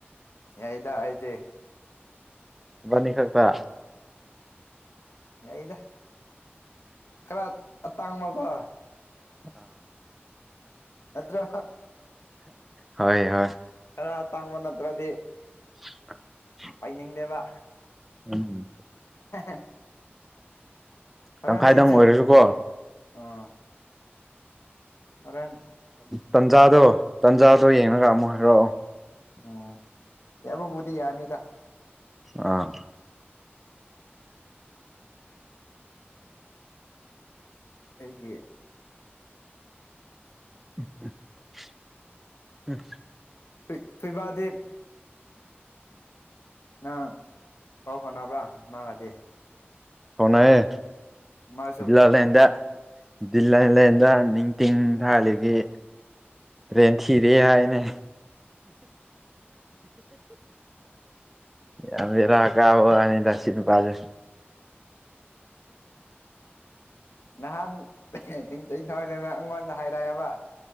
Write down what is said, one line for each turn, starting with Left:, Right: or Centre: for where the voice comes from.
Left: ꯌꯥꯏꯗ ꯑꯩꯗꯤ
Centre: ꯕꯥꯅꯤ ꯈꯛꯇꯥ
Left: ꯌꯩꯗ ꯈꯔ ꯑꯇꯥꯡꯕꯀꯣ
Centre: ꯑꯥ
Left: ꯅꯠꯇ꯭ꯔꯣ
Centre: ꯍꯣꯏ ꯍꯣꯏ
Left: ꯈꯔ ꯇꯥꯡꯕ ꯅꯠꯇ꯭ꯔꯗꯤ
Centre: <unintelligible>
Left: ꯄꯥꯏꯅꯤꯡꯗꯦꯕ
Centre: ꯎꯝ
Left: ꯍ ꯍꯧꯔꯦꯟ
Centre: ꯇꯪꯈꯥꯏꯗꯪ
Left: ꯌꯦꯡꯁꯦ
Centre: ꯑꯣꯏꯔꯁꯨꯀꯣ
Left: ꯑꯪ ꯍꯔꯦꯟ
Centre: ꯇꯟꯖꯥꯗꯣ ꯇꯟꯖꯥꯗꯣ ꯌꯦꯡꯉꯥꯒ ꯑꯃꯨꯛ ꯍꯥꯏꯔꯛꯑꯣ
Left: ꯎꯝ ꯌꯥꯕꯕꯨꯗꯤ ꯌꯥꯅꯤꯗ
Centre: ꯑꯥ
Left: ꯑꯩꯒꯤ
Centre: <unintelligible> ꯑ
Left: ꯊ ꯊ꯭ꯣꯏꯏꯕꯥꯗꯦ ꯅꯪ ꯄꯥꯎ ꯍꯣꯠꯅꯕ꯭ꯔꯥ ꯃꯥꯒꯗꯤꯦ
Centre: ꯑꯣꯅꯌꯦ
Left: ꯃꯥꯁꯨ
Centre: ꯗꯌꯨꯂꯥꯂꯦꯟꯗ ꯗꯤꯂꯂꯦꯟꯗ ꯅꯤꯡꯇꯤ ꯊꯥꯜꯂꯤꯒꯤ ꯔꯦꯟ ꯊꯤ ꯀꯦ ꯍꯥꯏꯅꯦ ꯌꯥꯝꯕꯤꯔ ꯀꯕ ꯑꯅꯤ ꯗꯁꯤꯟꯄꯥꯖ
Left: ꯉꯍꯥꯟ <unintelligible> ꯑꯩꯉꯣꯟꯗ ꯍꯥꯏꯔꯛꯑꯦꯕ